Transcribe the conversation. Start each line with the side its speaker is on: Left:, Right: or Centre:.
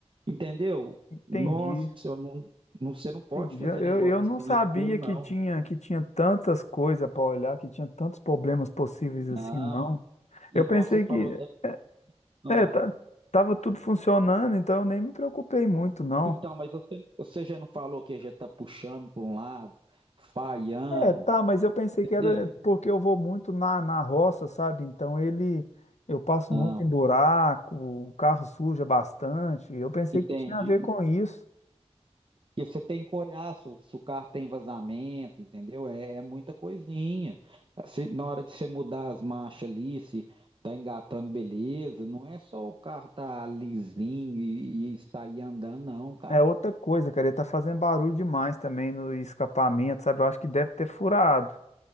Right: entendeu?
Left: Entendi,
Right: Nossa, você não, não- você não pode
Left: entendi.
Right: fazer
Left: Eu,
Right: negócio
Left: eu não
Right: assim
Left: sabia
Right: no escuro, não.
Left: que tinha que tinha tantas coisas para olhar, que tinha tantos problemas possíveis assim,
Right: Não,
Left: não.
Right: igual
Left: Eu pensei
Right: você falou
Left: que
Right: da. Ah,
Left: é, tá, tava tudo funcionando, então eu nem me preocupei muito, não.
Right: então, mas você, você já não falou que já tá puxando para um lado, falhando,
Left: É, tá, mas eu pensei
Right: entendeu?
Left: que era porque eu vou muito na, na roça, sabe? Então ele eu passo
Right: Não,
Left: muito em buraco, o carro suja bastante. Eu pensei
Right: entende?
Left: que tinha a ver com isso.
Right: E você tem que olhar se, se o carro tem vazamento, entendeu? É, é muita coisinha. Se- na hora de você mudar as marchas ali, se tá engatando, beleza. Não é só o carro tá lisinho e, e sair andando, não, cara.
Left: É outra coisa, cara, ele tá fazendo barulho demais também no escapamento, sabe? Eu acho que deve ter furado.